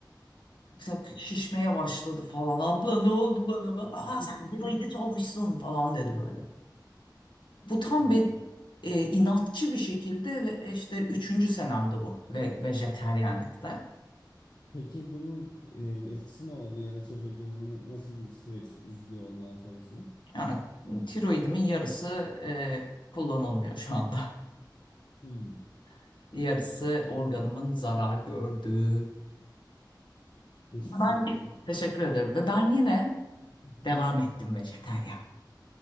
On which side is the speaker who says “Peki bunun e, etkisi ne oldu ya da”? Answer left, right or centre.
Left